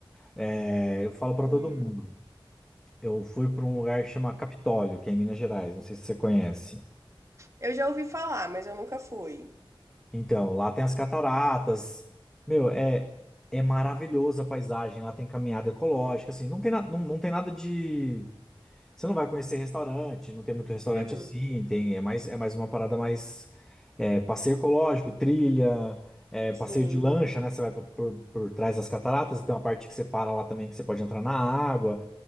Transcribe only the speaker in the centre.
É, eu falo pra
todo mundo. Eu fui para um lugar que chama Capitólio, que é em Minas Gerais, não sei se você conhece.
Então, lá tem as cataratas. Meu, é é maravilhosa a paisagem, lá tem caminhada ecológica, assim, não tem, na, não, não tem nada de você não vai conhecer restaurante, não tem muito restaurante
assim, tem é mais é mais uma parada mais é, passeio ecológico, trilha, é, passeio
de lancha, né? Você vai por, por por trás das cataratas, e tem uma parte que você para lá também que você pode entrar na água.